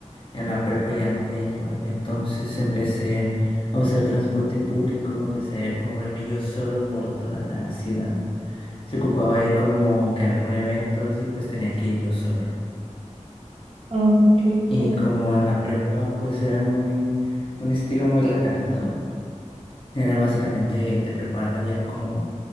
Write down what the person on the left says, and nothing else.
en la prepa ya no podían llevarme. Entonces empecé a usar transporte público, empecé a moverme yo solo por toda la ciudad. Se ocupaba ir como que a algún evento y pues tenía que ir yo solo.
Y
como en la prepa pues eran muy, un estilo muy relajado. Era básicamente te preparan ya como